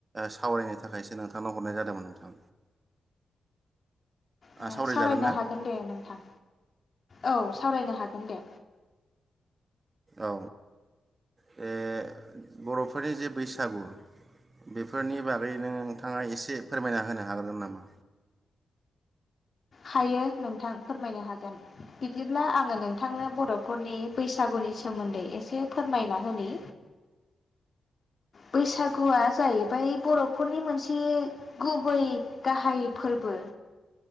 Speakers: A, on the right; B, on the left.
A: सावरायनो थाखायसो नोंथांनाव हरनाय जादोंमोन नोंथां।
B: अ
A: सावरायजागोन
B: सावरायनो
A: ना
B: हागोन दे नोंथां औ सावरायनो हागोन दे
A: औ बे बर'फोरनि जे बैसागु बेफोरनि बागै नोंथाङा एसे फोरमायना होनो हागोनोन नामा
B: हायो नोंथां फोरमायनो हागोन बिदिब्ला आङो नोंथांनो बर'फोरनि बैसागुनि सोमोन्दै एसे फोरमायना होनि बैसागुआ जाहैबाय बर'फोरनि मोनसे गुबै गाहाय फोरबो